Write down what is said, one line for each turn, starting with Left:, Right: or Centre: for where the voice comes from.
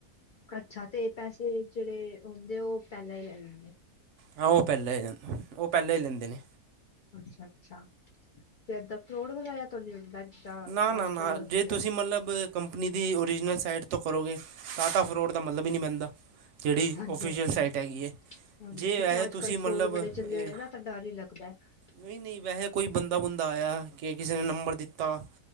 Left: ਅੱਛਾ, ਤੇ ਪੈਸੇ ਜੇੜੇ ਹੁੰਦੇ ਓ ਪੈਲਾਂ ਈ ਲੈ ਲੈਂਦੇ।
Right: ਹਾਂ ਓ ਪੈਲਾਂ ਈ ਲੈਨ ਓ ਪੈਲਾਂ ਈ ਲੈਂਦੇ ਨੇ
Left: ਅੱਛਾ-ਅੱਛਾ, ਤੇ ਏਦਾਂ ਫਰੋਡ ਵਗੈਰਾ ਤੋਂ ਨੀ ਹੁੰਦਾ ਜਿੱਦਾਂ
Right: ਨਾ, ਨਾ,
Left: ਅੱਜ
Right: ਨਾ,
Left: ਕੱਲ
Right: ਜੇ
Left: ਚਲਿਆ
Right: ਤੁਸੀਂ ਮਤਲਬ ਕੰਪਨੀ ਦੀ ਓਰੀਜਨਲ ਸਾਈਟ ਤੋਂ ਕਰੋਗੇ ਤਾ ਤਾ ਫਰੋਡ ਦਾ ਮਤਲਬ ਈ ਨਈ ਬਣਦਾ ਜੇੜੀ
Left: ਹਾਂਜੀ-ਹਾਂਜੀ
Right: ਓਫੀਸ਼ੀਅਲ
Left: ਹਾਂਜੀ
Right: ਸਾਈਟ ਹੈਗੀ ਏ।
Left: ਹਾਂਜੀ,
Right: ਜੇ
Left: ਕਿਉਂਕਿ
Right: ਵੈਹੇ
Left: ਅੱਜ
Right: ਤੁਸੀਂ
Left: ਕੱਲ੍ਹ
Right: ਮਤਲਬ
Left: ਫਰੋਡ ਬੜੇ ਚੱਲੇ
Right: ਏ
Left: ਹੋਏ ਨਾ ਤਾਂ ਡਰ ਹੀ ਲੱਗਦਾ।
Right: ਨਈ-ਨਈ ਵੈਹੇ ਕੋਈ ਬੰਦਾ ਬੁੰਦਾ ਆਇਆ ਕੇ ਕਿਸੇ ਨੇ ਨੰਬਰ ਦਿੱ ਤਾਂ